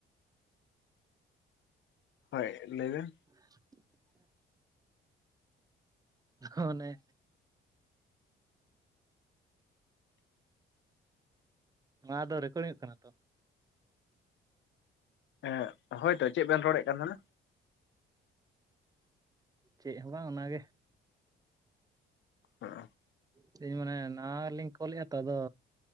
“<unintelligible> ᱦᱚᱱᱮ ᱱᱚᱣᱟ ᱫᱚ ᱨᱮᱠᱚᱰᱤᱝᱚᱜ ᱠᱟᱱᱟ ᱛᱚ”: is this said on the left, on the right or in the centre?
Right